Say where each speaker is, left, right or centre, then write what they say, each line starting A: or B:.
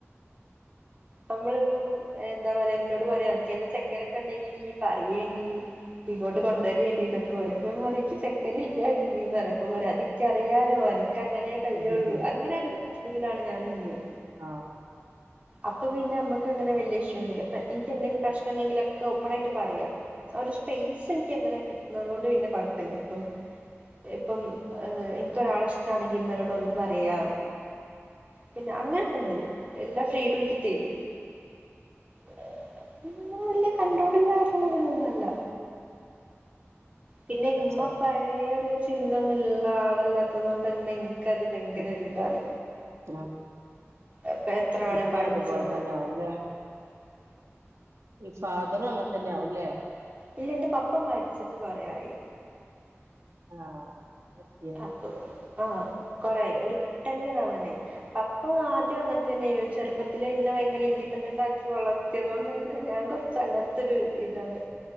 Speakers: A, on the right; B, on the right.
A: <inaudible>
B: നമ്മളിപ്പം എന്താ പറയാ ഇന്നോട് പറയാ അൻക്കേത് ചെക്കനൊക്കെ ഇണ്ടെങ്കില് ഈയ്യ് പറയേണ്ടി ഇങ്ങോട്ട്
A: ഉം.
B: കൊണ്ടരേണ്ടിന്നൊക്കെ പറിം, അപ്പൊ ഞാൻ പറിം ഇക്ക് ചെക്കനില്ല അതിന്ന്ന് പറിം അപ്പൊ പറയും അതിക്കറിയാലോ അനക്ക് അങ്ങനേ കയിയുള്ളൂ
A: ഉം. ഉം.
B: അങ്ങനെ ഒരു ഇതിലാണ് ഞാനും ഉമ്മിം
A: ആ
B: അപ്പൊ പിന്നെ മ്മക്ക്അങ്ങനെ വല്യ ഇഷ്യു ഒന്നുല്ല ഇപ്പൊ എനിക്ക് എന്തെങ്കിലും പ്രശ്നം
A: ഉം.
B: ഉണ്ടെങ്കിലൊക്കെ ഓപ്പൺ ആയിട്ട് പറയാം ആ ഒരു സ്പേസ് എനിക്ക് അങ്ങനെ കിട്ടുന്നതുകൊണ്ട് പിന്നെ കൊഴപ്പില്ല അപ്പം ഇപ്പം എനിക്കൊരാളെ ഇഷ്ടാണെങ്കിൽ ഇമ്മനോട് വന്ന് പറയാ പിന്നെ അങ്ങനൊക്കെ ഇണ്ട് എല്ലാ ഫ്രീഡം എനിക്ക് തെരും അ് <unintelligible> വല്യ കണ്ട്രോളും
A: ഉം.
B: കാര്യങ്ങളൊന്നൊല്ല പിന്നെ ഇമ്മ
A: അത് ശരി
B: പഴയ ഒരു ചിന്ത ഒന്നും ഇല്ല ആളല്ലാത്തത് കൊണ്ട് തന്നെ ക്ക അത് ഭയങ്കര
A: ഉം.
B: ഒരു ഇതാണ്
A: ആ
B: അപ്പൊ എത്ര വേണേ
A: ഇപ്പി
B: പഠിച്ചോ
A: അതുപോലെ തന്നെ ആവുംല്ലേ ഫാദറും അങ്ങനെ തന്നെയ ആവുംല്ലേ
B: ഇല്ല എന്റെ പപ്പ മരിച്ചിട്ട് കൊറെ ആയി
A: ആ ഓക്കെ
B: അപ്പ ആ കൊറേ ആയി ഒരു ട്ടൺ ഇയറാവാനായി ഇപ്പൊ ആദ്യം അങ്ങനെ തന്നേയിനു ചെറുപ്പത്തിലേ എന്നെ ഭയങ്കര ഇൻഡിപ്പെൻ്റൻ്റ് ആക്കി വളർത്തിയത് കൊണ്ട് തന്നെ ഇ ഞാൻ കൊറച്ച് അങ്ങനത്തൊരു ഇതാണ്